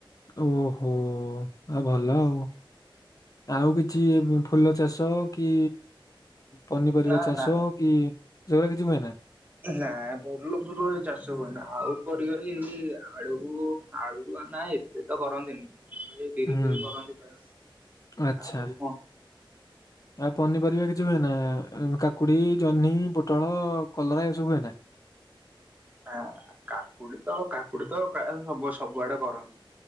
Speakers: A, on the left; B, on the right.
A: ଓ ହୋ ଆ ଭଲ ଆଉ। ଆଉ କିଛି ଫୁଲ ଚାଷ କି ପନିପରିବା
B: ନା
A: ଚାଷ
B: ନା
A: କି ସେଗୁଡାକ କିଛି ହୁଏ ନାଁ?
B: ନାଇଁ ଭୁଲ ଫୁଲ ଚାଷ ହୁଏନା, ଆଉ କରି କରି ଏଇ ଆଳୁ, ଆଳୁ ନାଇଁ ସେଏ ତ କରନ୍ତିନି, ଏ ବିରି
A: ହୁଁ
B: ଫିରି କରନ୍ତି ପ୍ରାୟ,
A: ଆଚ୍ଛା।
B: ଆଉ କଣ।
A: ଆଉ ପନିପରିବା କିଛି ହୁଏ ନାଁ?, କାକ କାକୁଡି, ଜହ୍ନି, ପୋଟଳ, କଲରା ଏସବୁ ହୁଏନା?
B: ନାଁ ନାଁ କାକୁଡି ତ କାକୁଡି ତ ପ୍ରାୟ ସବୁ ସବୁଆଡେ କରନ୍ତି।